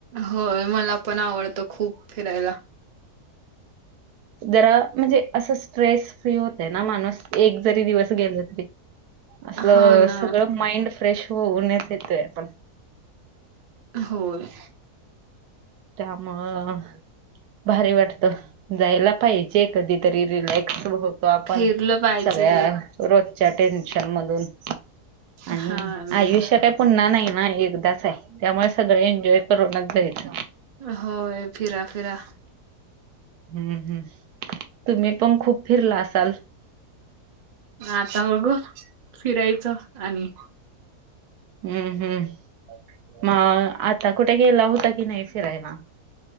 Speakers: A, on the right (about 50°); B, on the right (about 75°).
A: होय, मला पण आवडत खूप फिरायला.
B: जरा म्हणजे आसं स्ट्रेस फ्री होतय ना माणूस, एक जरी दिवस गेलं तरी. आसल,
A: हा ना.
B: सगळं माइंड फ्रेश होऊनच येतोय आपण.
A: हो ले.
B: त्यामुळं भारी वाटतं, जायला पाहिजे. कधीतरी रिलॅक्स होतो, आपण
A: फिरलं पाहिजे
B: सगळ्या रोज... त्या टेन्शन मधून आणि
A: हा ना.
B: आयुष्य काय पुन्हा नाही ना. हे एकदाच आहे. त्यामुळे सगळं एन्जॉय करूनच जायचं.
A: होय... फिरा... फिरा...
B: हूं... हूं.. तुम्ही पण खूप फिरला असाल?
A: आता... बघू फिरायचं आणि
B: हुं... हूं मग, आता कुठे गेला होता. कि नाही फिरायला?